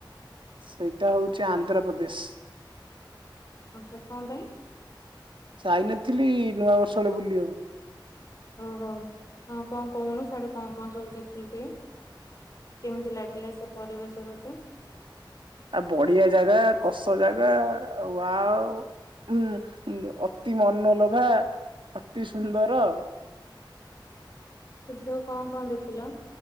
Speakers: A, on the right (about 80°); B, on the left (about 45°).
A: ସେଇଟା ହଉଛି ଆନ୍ଧ୍ରପ୍ରଦେଶ।
B: ଆଚ୍ଛା କଣ ପାଇଁ?
A: ଯାଇନଥିଲି ନୂଆ ବର୍ଷ ବେଳେ ବୁଲିବାକୁ।
B: ଓହୋ ହଁ କଣ କହୁନୁ ସଡେ କଣ କଣ ସବୁ ଦେଖିଲୁ ଟିକେ? କେମିତି ଲାଗିଲା ସେ ପରିବେଶ ତତେ?
A: ଆଉ ବଢିଆ ଜାଗା କସ ଜାଗା ଆଉ ୱାଓ। ଉଁ ଅତି ମନଲୋଭା ଅତି ସୁନ୍ଦର।
B: କିଦି ସବୁ କଣ କଣ ଦେଖିଲ,